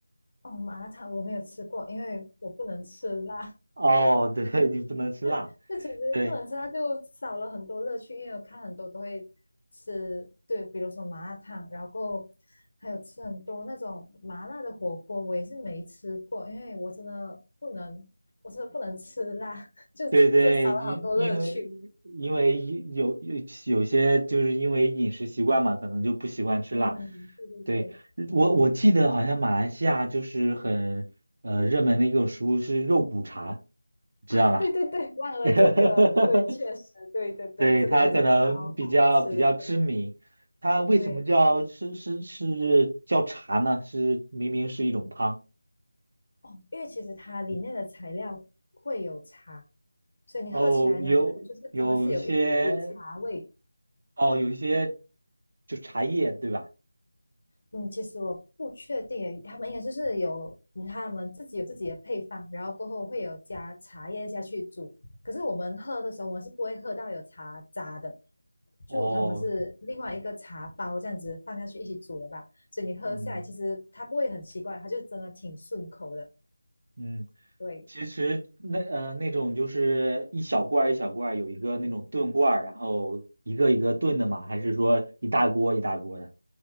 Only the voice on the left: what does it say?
哦，麻辣烫我没有吃过，因为我不能吃辣。
<laughs> 这其实不能吃，
它就少了很多乐趣。因为我看很多都会吃，对，比如说麻辣烫，然后还有吃很多那种麻辣的火锅，我也是没吃过，因为我真的不能，我真的不能吃辣，<laughs> 就这这少了好多乐趣。
嗯，对对对，
啊，
对对对，忘了这个，
对，确实，对对对，
这个也是超好吃的。
对，
哦，因为其实它里面的材料会有差，所以你喝起来呢，
它就是真的是有一一股茶味。
嗯，其实我不确定诶，他们应该就是有嗯他们自己有自己的配方，然后过后会有加茶叶下去煮。可是我们喝的时候，我们是不会喝到有茶渣的，就他们是另外一个茶包这样子放下去一起煮的吧。
所以你喝下来，
其实它不会很奇怪，它就真的挺顺口的。
对，